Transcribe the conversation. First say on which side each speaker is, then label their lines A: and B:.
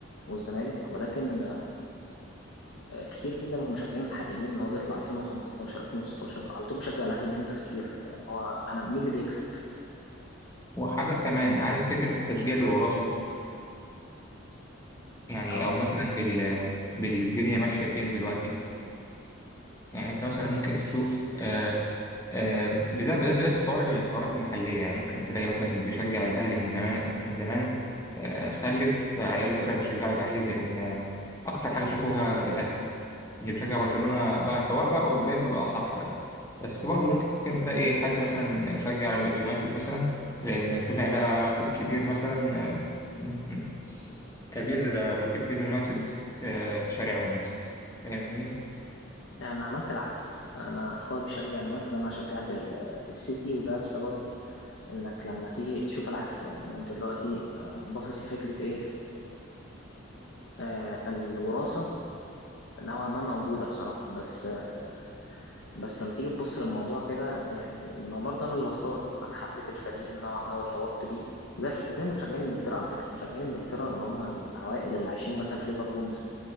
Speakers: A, on the left; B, on the left.
A: والزمالك ولكن كتير جدا من المشجعين الحاليين اللي هو بيطلع 2015 2016 على طول بيشجع الاهلي بدون تفكير يعني هو انا مين اللي بيكسب
B: وحاجة كمان عارف فكرة التشجيع بالوراثة يعني
A: اه
B: او مثلا بال بالدنيا ماشيه فين دلوقتي يعني انت مثلا ممكن تشوف آه آه بالذات بالذات بالذات في حوار الحوارات المحليه يعني ممكن تلاقي مثلا اللي بيشجع الاهلي من زمان من زمان آه خلف عياله طلع بيشجعوا الاهلي لان اكتر حاجه شافوها الاهلي اللي بيشجع برشلونة آه، حوار بقى أوروبيا بيبقى أصعب شوية بس برضه ممكن تلاقي حد مثلا شجع اليونايتد مثلا لأن طلع لقى أخوه الكبير مثلا آه، م- م- كبير آه، محبين اليونايتد آه، في شارعهم مثلا فاهمني؟
A: يعني انا عملت العكس انا اخويا بيشجع اليونايتد انا شجعت ال- السيتي وده بسبب انك لما تيجي تشوف العكس بقى يعني انت دلوقتي آه، باصص لفكرة ايه آه، الوراثة نوعا ما موجودة بصراحة بس آه، بس لما تيجي تبص للموضوع كده يعني ما برضه انا اللي بختار انا حبيت الفريق نوعا ما وارتبطت بيه زي ف- زي مشجعين انجلترا على فكرة مشجعين انجلترا اللي هم العوائل اللي عايشين مثلا في ليفربول مثلا